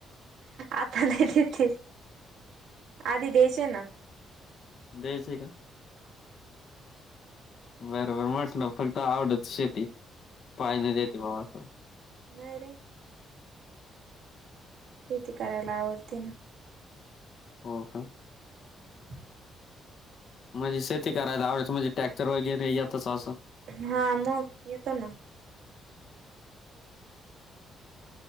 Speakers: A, on the right; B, on the left.
A: आता नाही देते आधी द्यायचे ना
B: द्यायचं आहे का बरोबर म्हटलं फक्त आवडत शेती पाय नाही देते बाबा
A: नाही रे शेती करायला आवडते ना
B: हो हो
A: हम्म
B: म्हणजे शेती करायला आवडत म्हणजे ट्रॅक्टर वगैरे याेतातच असं
A: हा मग येतो ना